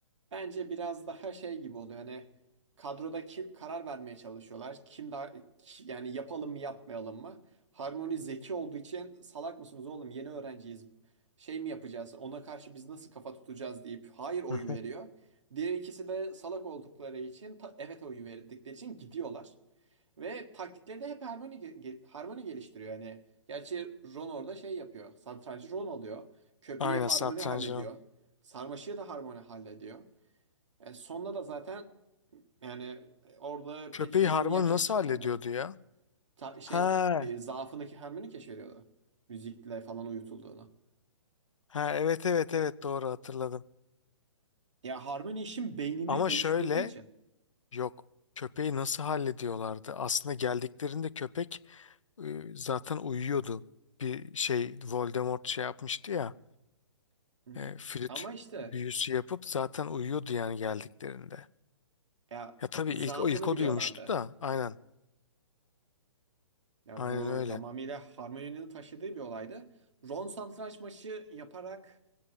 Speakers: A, on the right (about 70°); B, on the left (about 75°).
A: Bence biraz daha şey gibi oluyor hani kadroda kim karar vermeye çalışıyorlar. Kim daha ki- yani yapalım mı yapmayalım mı? Harmony zeki olduğu için salak mısınız oğlum yeni öğrenciyiz. Şey mi yapacağız ona karşı biz nasıl kafa tutacağız deyip hayır oyu
B: Hı.
A: veriyor. Diğer ikisi de salak oldukları için ta- evet oyu verdikleri için gidiyorlar. Ve taktikleri de hep Harmony, ge- ge- Harmony geliştiriyor yani. Gerçi Ron orada şey yapıyor. Satrancı Ron alıyor. Köpeği
B: Aynen
A: Harmony
B: satrancı.
A: hallediyor.
B: o.
A: Sarmaşığı da Harmony hallediyor. E, sonda da zaten yani orada
B: Köpeği
A: pek Harry'nin
B: Harmony
A: yapacak
B: nasıl
A: bir şey
B: hallediyordu
A: kalmıyor.
B: ya?
A: Ta- şey
B: Ha,
A: e, zaafındaki Hermione keşfediyordu. Müzikle falan uyutulduğunu.
B: ha evet evet evet doğru hatırladım.
A: Ya Hermione işin beynini
B: Ama
A: oluşturduğu
B: şöyle
A: için.
B: yok köpeği nasıl hallediyorlardı? Aslında geldiklerinde köpek e, zaten uyuyordu. Bir şey Voldemort şey yapmıştı ya
A: Hı hı.
B: e, flüt
A: Ama işte
B: büyüsü yapıp zaten uyuyordu yani geldiklerinde.
A: ya
B: Ya tabii
A: zaafını
B: ilk o ilk o
A: biliyorlardı.
B: duymuştu da aynen
A: Ya
B: aynen
A: bu
B: öyle.
A: tamamıyla Hermione'nin taşıdığı bir olaydı. Ron satranç maçı yaparak